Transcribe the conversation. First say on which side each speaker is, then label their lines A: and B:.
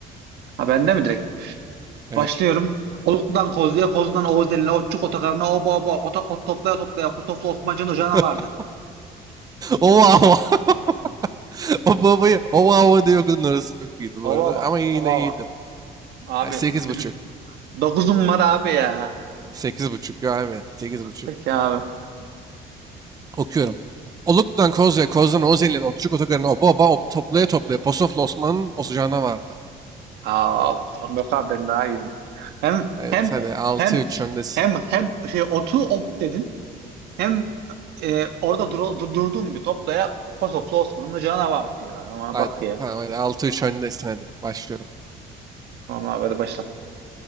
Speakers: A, on the right; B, on the right.
A: Ha bende mi direkt?
B: Evet.
A: Başlıyorum. Oluklu'dan Kozlu'ya, Kozlu'dan Oğuz Elin'e, Otçuk Otokarı'na, oba oba, ota, ot toplaya toplaya, Kosoflu Osmancı'nın ocağına
B: <laughs>
A: vardı.
B: Oh wow. <laughs> <laughs> O babayı o hava diye okudun orası çok iyiydi
A: Oba
B: bu arada.
A: oba,
B: Ama yine
A: oba
B: iyiydi.
A: oba. Abi,
B: Yani Sekiz
A: bir,
B: buçuk.
A: dokuzum var abi ya.
B: Sekiz buçuk ya abi. Sekiz buçuk.
A: Peki abi.
B: Okuyorum. Oluk'tan Kozya, Koz'dan Ozel'in, Otçuk Otogar'ın, o baba, o Toplaya Toplaya, Posof'la Osman'ın Osucağına vardı.
A: Aa, yok abi ben daha iyiydim. Hem,
B: Evet
A: hem,
B: hadi altı
A: hem,
B: üç öndesin.
A: hem, hem şey otu op dedin. Hem e, orada dur, dur- durduğum bir toplaya Pasoflu Osmanlı canavar var diyor. Ama
B: Hadi
A: bak ya.
B: tamam hadi altı üç öndesin hadi. Başlıyorum.
A: Tamam abi hadi başla.